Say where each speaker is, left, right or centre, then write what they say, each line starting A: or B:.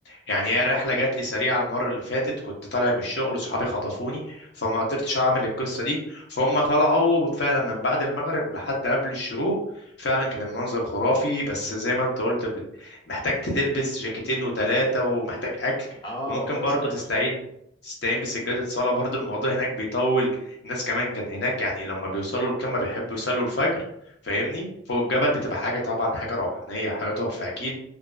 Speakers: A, on the left; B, on the left.
A: يعني هي الرحله جات لي سريعه المره اللي فاتت كنت طالع من الشغل وصحابي خطفوني فما قدرتش اعمل القصه دي فهم طلعوا فعلا من بعد المغرب لحد قبل الشروق فعلا كان المنظر خرافي بس زي ما انت قلت بال- محتاج تلبس جاكيتين وتلاتة ومحتاج اكل
B: اه
A: وممكن
B: ده اللي
A: برضه
B: سمعته
A: تستعين تستعين بسجادة صلاة برضه الموضوع هناك بيطول الناس كمان كانت هناك يعني لما بيوصلوا القمة بيحبوا يصلوا الفجر فاهمني فوق الجبل بتبقى حاجة طبعا حاجة روحانية حاجة تحفة أكيد